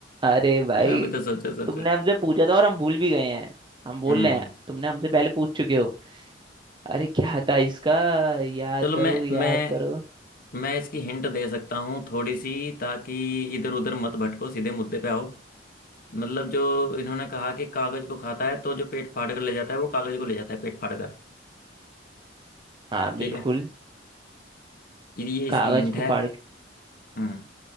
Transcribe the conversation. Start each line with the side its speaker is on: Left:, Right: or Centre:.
Right: अरे भाई
Left: अभी तो सोचो सोचो
Right: तुमने हमसे पूछा था और हम भूल भी गए हैं हम बोल
Left: हम्म
Right: रहे हैं तुमने हमसे पहले पूछ चुके हो अरे क्या था इसका याद
Left: चलो
Right: करो
Left: मैं
Right: याद
Left: मैं
Right: करो
Left: मैं इसकी हिंट दे सकता हूँ थोड़ी सी ताकि इधर उधर मत भटको सीधे मुद्दे पे आओ मतलब जो इन्होंने कहा कि कागज को खाता है तो जो पेट फाड़ कर ले जाता है वो कागज को ले जाता है पेट फाड़ कर
Right: हाँ
Left: ठीक
Right: बिल्कुल
Left: है ये ये इसकी
Right: कागज
Left: हिंट है
Right: को फाड़ के
Left: हम्म